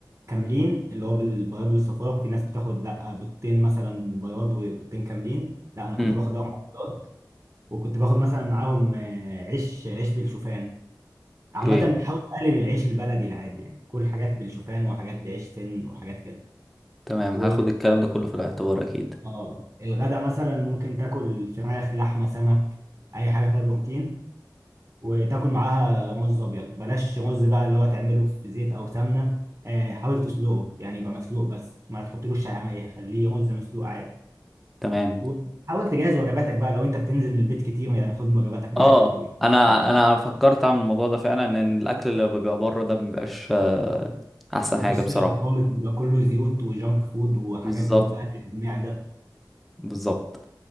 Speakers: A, on the right; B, in the centre.
A: كاملين اللي هو بالبياض والصفار في ناس بتاخد لا بيضتين مثلا بياض وبيضتين كاملين لا انا كنت
B: مم.
A: باخد اربع بيضات وكنت باخد مثلا معاهم آه، عيش عيش بالشوفان عامة
B: اوكي
A: بحاول أقلل العيش البلدي العادي يعني كل حاجات بالشوفان وحاجات بعيش سن وحاجات كده
B: تمام
A: و
B: هاخد الكلام ده كله في الاعتبار اكيد
A: اه الغدا مثلا ممكن تاكل فراخ لحمه سمك اي حاجه فيها بروتين وتاكل معاها رز ابيض بلاش رز بقى اللي هو تعمله في زيت او سمنه آه، حاول تسلقه يعني يبقى مسلوق بس ما تحطلوش شعريه خليه رز مسلوق عادي
B: تمام
A: وحاول تجهز وجباتك بقى لو انت بتنزل من البيت كتير يعني خد وجباتك معاك
B: اه انا
A: ما
B: انا فكرت اعمل الموضوع ده فعلا ان الاكل اللي بيبقى بره ده مبيبقاش آه، احسن
A: بقاش
B: حاجه
A: صحي
B: بصراحه
A: خالص بيبقى كله زيوت وجانك فود وحاجات
B: بالظبط
A: بتبهدل المعده
B: بالظبط